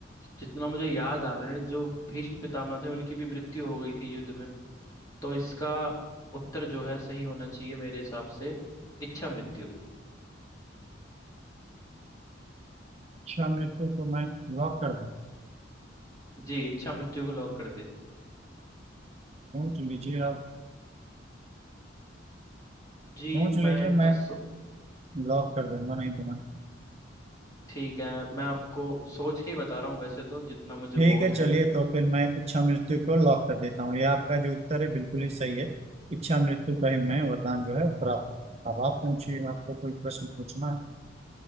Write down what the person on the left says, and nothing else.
जितना मुझे याद आ रहा है जो भीष्म पितामह थे उनकी भी मृत्यु हो गई थी युद्ध में तो इसका उत्तर जो है सही होना चाहिए मेरे हिसाब से इच्छा मृत्यु
जी इच्छा मृत्यु को लॉक कर दे
जी
मैं
इतना
सो...
ठीक है मैं आपको सोच के ही बता रहा हूँ वैसे तो जितना मुझे
बोध
है